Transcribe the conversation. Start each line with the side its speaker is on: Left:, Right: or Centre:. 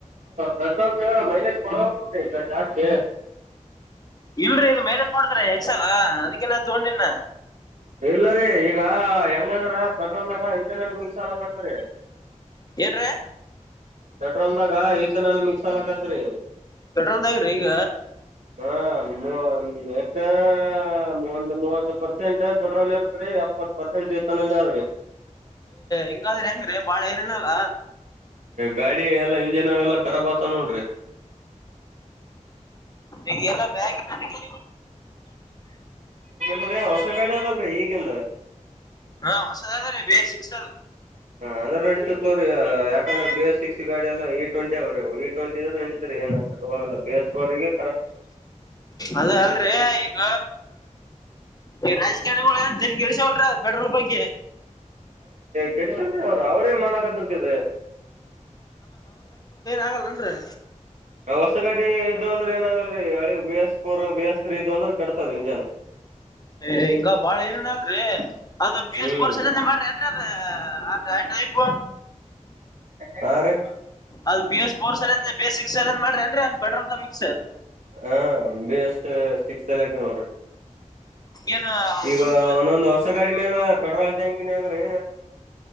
Right: ಪೆಟ್ರೋಲ್ ಮೈಲೇಜ್ ಕೊಡ ಈ ಜಾಸ್ತಿ
Left: ಇಲ್ರರಿ ಇದು ಮೈಲೇಜ್ ಕೊಡದ್ರಿ ಎಕ್ಸಾಲ ಅದಕ್ಕೇನ ತಗೊಂಡಿನ
Right: ಇಲ್ಲರಿೀ ಈಗ ಹೆಂಗಂದ್ರ ಕದ್ರಂದಾಗ ಇದನಲ್ಲಿ ಮಿಕ್ಸ್ ಎಲ್ಲಕತ್ರಿ
Left: ಏನ್ರೀ
Right: ಪೆಟ್ರೋಲ್ ನ ಕ ಈತನಲ್ ಮಿಕ್ಸ್ಲಕಾದ್ರಿ
Left: ಪೆಟ್ರೋದಐ್ರಿ ಈಗ
Right: ಹಾ ಮ ಎತ್ತ ಮಂತ ಮತ್ತ ಪ ಪರ್ಸೆಂಟ್ ಪೆಟ್ರೋಲ್ ಇರ್ತ್ರಿ ಎಪ್ಪತ್ ಪರ್ಸೆಂಟ್ ಐತನಲ್ಲ ಆ್ರಿ
Left: ಹಿಂಗಾದ್ರೆ ಹೆಂಗ್ರೀ ಬಾಳ ಏರಿನಲ್ಲ
Right: ಗಾಡಿ ಎಲ್ಲಾ ಇಂಜಿನ್ ಅವೆಲ್ಲಾ ಕರಾಬ್ ಆತ ನೋಡ್ರಿ
Left: ಈಗ ಎಲ್ಲಾ ಮ್ಯಾಗಿ ನ ಗಿ
Right: ನಿದ ಹೊಸ ಕಡೆ ಅದಲ್ರರಿ ಈಗಿಂದ
Left: ಹಾ ಹೊಸದ ಅದ ರೀ ಬೇ ಸಿಕ್ಸ
Right: ಹಾ ಅಂದ್ರೆ ನಡೀಿತ ತೋ್ರ ಯಾಕಂದ್ರೆ ಬೇಸ್ ಸಿಕ್ಸ್ ಗಾಡಿ ಎಲ್ಲ ಇ ಟ್ವೆಂಟಿ ಅವ್ರವು ಇ ಟ್ವೆಂಟ ಇದ್ರ ಅ್ರ ಏನಾರೆೋಗಲ್ಲ ಬೇಸ್ವರಿಗೆ
Left: ಅದ ಅಲ್ರಿ ಈಗ ಈ ರಾಜಕಾರಣಿಳ ಜನ ಇರ್ಸವಲ್ರಿೀ ಅ ಪೆಟ್ರೋಲ್ ಬೈಗೆ
Right: ಕೆಡಂದ ಅವ್ರ ಅವ್ರೇನ್ ಮಾಡಕಂತಂತದೆ
Left: ಆಗಲ್ಲನ್ರರಿ
Right: ಹೊಸ ಗಾಡಿ ಇದ್ದ ಅಂದ್ರೆ ಏನಾಗಲ್ರಿ ಅಳಿ B S four B S three ಇದ ಅಂದ್ರೆ ಕೆಟ್ತಾವ್ರೀ ಇಂಜಾನ್
Left: ಏ ಹಿಂಗ ಬಾಳ ಏನನ ಅಲ್ರರಿ ಅದ ಬಿ
Right: ಹ್ಮ್
Left: ಎಸ್ ಬೋರ್ಸ ಎಲ್ಲನ ಮಾಡ್ರಿ ನ್ರರಿ ಅದ ಹಾ ಾಯ ಾಯ ಪ
Right: ಹಾ ರ
Left: ಅದು ಬಿ ಎಸ್ಫೋರ್ ಸ ಸಿಕ್ಸ್ ಸನ್ ಮಾಡಿಏನ್ರಿಟ್ರ ಮಿಕ್ಸ್
Right: ಹ ಬಿ ಎಸ್ ಸಿಕ್ಸ್ ಅಲ್ಲಕ ನೋಡ್ರಿ
Left: ಏನ
Right: ಈಗ
Left: ಸುಮ್
Right: ಒಂದೊಂದು್ ಹೊಸ ಗಾಡಿ ಮೇಾಲ ಪೆಟ್ರೋಲ್ ಟ್ಯಾಂಕಿನಗ್ರಿ